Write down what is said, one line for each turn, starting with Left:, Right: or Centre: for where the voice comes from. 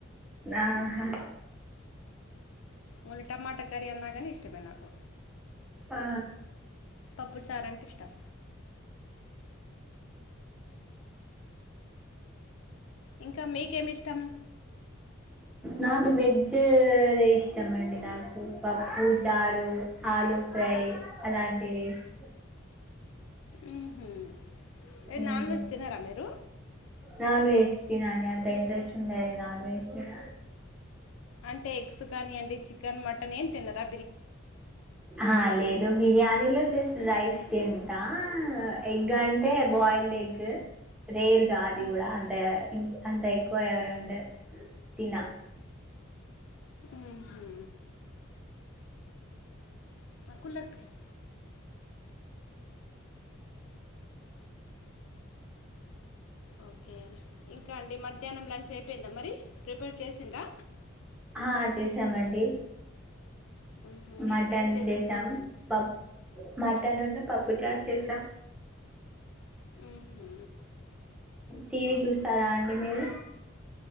Centre: ఆహా
Left: ఓన్లీ టమాటా కర్రీ అన్నా కానీ ఇష్టమే నాకు
Centre: ఆ,
Left: పప్పు చార్ అంటే ఇష్టం ఇంకా మీకేమి ఇష్టం
Centre: నాకు వెజ్ రే ఇష్టం అండి నాకు పప్పు చారు ఆలు ఫ్రై అలాంటివి ఇష్టం.
Left: ఉహ్మ్మ్ ఏంది
Centre: మ్మ్.
Left: నాన్ వెజ్ తినరా మీరు
Centre: నాన్ వెజ్ తినండి అంత ఇంట్రెస్ట్ ఉంద నాన్ వెజ్ మీద
Left: అంటే ఎగ్స్ కానీయండి చికెన్ మటన్ ఏం తిన్నరా
Centre: అహా లేేదు బిర్యాని పనిలో జస్ట్ రైస్ తింటా ఎగ్ అంటే బాయిల్డ్ ఎగ్ రేర్ అది
Left: మ్మ్.
Centre: కూడా అంత అంత ఎక్కువ ఉండే తిన
Left: ఉహు కూలర్ పే హై ఓకే ఇంకా అండి మధ్యాహ్నం లంచ్ అయిపోయిందా మరి ప్రిపేర్ చేసిండ్రా
Centre: ఆ చేసామండి
Left: మ్మ్హ.
Centre: మటన్
Left: ఏం కర్రీ చేసిండ్రు
Centre: చేసాం పప్పు మటన్న్న పప్పు చారు చేసాం
Left: మ్మ్హ.
Centre: టీవీ
Left: అవునా
Centre: చూస్తారా అండి మీరు